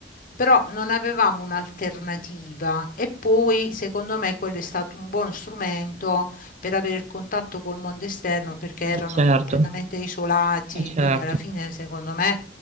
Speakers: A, on the left; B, on the right.
A: Però non avevamo un'alternativa e poi secondo me quello è stato un buon strumento per avere il contatto col mondo esterno perché erano
B: Eh, Certo,
A: completamente isolati,
B: eh, certo.
A: quindi alla fine secondo me